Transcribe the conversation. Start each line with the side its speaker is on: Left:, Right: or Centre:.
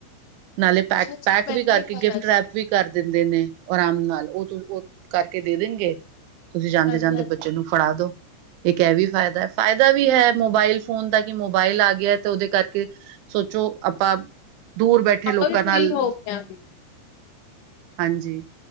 Right: ਨਾਲੇ
Left: ਅੱਛਾ
Right: ਪੈਕ
Left: ਅੱਛਾ
Right: ਪੈਕ
Left: ਮੈਨੂੰ
Right: ਵੀ ਕਰਕੇ
Left: ਨੀ ਪਤਾ
Right: ਗਿਫਟ ਰੈਪ
Left: ਸੀ
Right: ਵੀ ਕਰ ਦਿੰਦੇ ਨੇ ਆਰਾਮ ਨਾਲ ਉਹ ਉਹ ਕਰਕੇ ਦੇ ਦੇਣਗੇ। ਤੁਸੀਂ ਜਾਂਦੇ
Left: ਹਾਂਜੀ
Right: ਜਾਂਦੇ
Left: ਹਾਂਜੀ।
Right: ਬੱਚੇ ਨੂੰ ਫੜਾ ਦੋ ਇੱਕ ਐ ਵੀ ਫਾਇਦਾ, ਫਾਇਦਾ ਵੀ ਹੈ ਮੋਬਾਇਲ ਫੋਨ ਦਾ ਕਿ ਮੋਬਾਇਲ ਆ ਗਿਆ, ਤੇ ਉਹਦੇ ਕਰਕੇ ਸੋਚੋ ਆਪਾਂ ਦੂਰ ਬੈਠੇ
Left: ਆਪਾਂ
Right: ਲੋਕਾ
Left: ਵੀ
Right: ਨਾਲ
Left: ਫ੍ਰਰੀ ਹੋ ਗਏ ਆ
Right: ਹਾਂਜੀ,